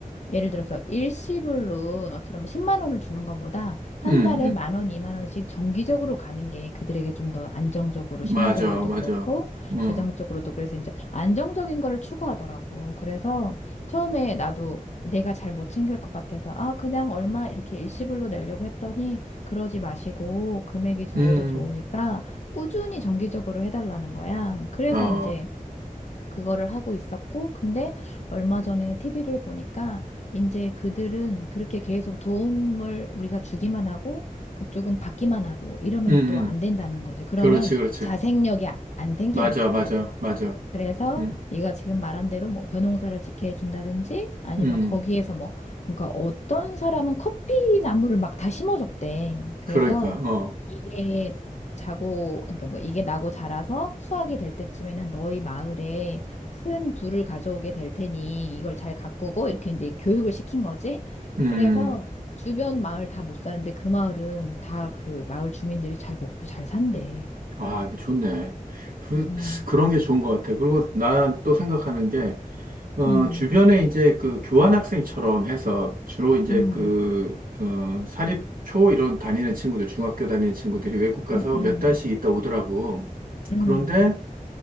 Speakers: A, on the left; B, on the right.
A: 예를 들어서 일시불로 너처럼 10만 원을 주는 것보다 한
B: 음,
A: 달에
B: 음.
A: 만 원, 2만 원씩 정기적으로 가는 게 그들에게 좀 더 안정적으로 심리적으로도
B: 맞아 맞아.
A: 그렇고
B: 음,
A: 재정적으로도 그래서 이제 안정적인 거를 추구하더라고. 그래서 처음에 나도 내가 잘 못 챙길 것 같아서 아, 그냥 얼마 이렇게 일시불로 내려고 했더니 그러지 마시고 금액이 적어도
B: 음,
A: 좋으니까 꾸준히 정기적으로 해달라는 거야. 그래서
B: 어,
A: 이제 그거를 하고 있었고, 근데 얼마 전에 TV를 보니까 이제 그들은 그렇게 계속 도움을 우리가 주기만 하고 그쪽은 받기만 하고 이러면
B: 음, 음.
A: 또 안 된다는 거지. 그러면
B: 그렇지 그렇지.
A: 자생력이 아- 안 생기는
B: 맞아
A: 거야.
B: 맞아 맞아.
A: 그래서
B: 음,
A: 네가 지금 말한 대로 뭐 벼농사를 짓게 해준다든지 아니면
B: 음.
A: 거기에서 뭐 그러니까 어떤 사람은 커피 나무를 막 다 심어줬대. 그래서
B: 그러니까 어,
A: 이게 자고 그러니까 뭐 이게 나고 자라서 수확이 될 때쯤에는 너희 마을에 큰 부를 가져오게 될 테니 이걸 잘 가꾸고 이렇게 이제 교육을 시킨 거지.
B: 음.
A: 그래서 주변 마을 다 못 사는데 그 마을은 다 그 마을 주민들이 잘 먹고 잘 산대.
B: 아, 이거 좋네. 그,
A: 음,
B: 그런 게 좋은 것 같아. 그리고 난 또 생각하는 게, 어,
A: 음,
B: 주변에 이제 그 교환학생처럼 해서 주로 이제
A: 음.
B: 그, 어, 사립, 초 이런 다니는 친구들, 중학교 다니는 친구들이 외국 가서
A: 음, 음.
B: 몇 달씩 있다 오더라고.
A: 음,
B: 그런데